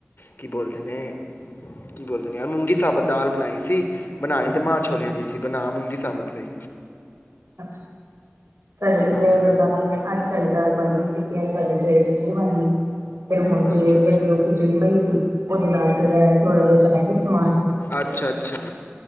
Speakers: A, on the left (about 55°); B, on the right (about 80°).
A: ਕੀ ਬੋਲਦੇ ਨੇ ਕੀ ਬੋਲਦੇ ਨੇ ਯਾਰ ਮੂੰਗੀ ਸਾਬਤ ਦਾਲ ਬਣਾਈ ਸੀ। ਬਣਾਣੀ ਤੇ ਮਾਂ
B: ਅੱਛਾ
A: ਛੋਲਿਆਂ ਦੀ ਸੀ, ਬਣਾ ਮੂੰਗੀ ਸਾਬਤ ਲਈ
B: ਅੱਛਾ ਸਾਡੇ ਤੇ
A: ਹਾਂ
B: ਜੇ ਅਗਰ ਦਾਲ ਬਣ ਅੱਜ ਸਾਡੇ ਦਾਲ ਬਣੀ। ਰਹਿਣਾ ਫਿਰ ਹੁਣ ਜੇ
A: ਅੱਛਾ
B: ਜਿਹੜੀ ਉਹ ਖਿਚੜੀ ਪਈ ਸੀ। ਉਹਦੇ ਨਾਲ, ਜਿਹੜਾ ਥੋੜਾ ਜਿਹਾ ਚਗੇ ਸਮਾਨ
A: ਅੱਛਾ ਅੱਛਾ ਅੱਛਾ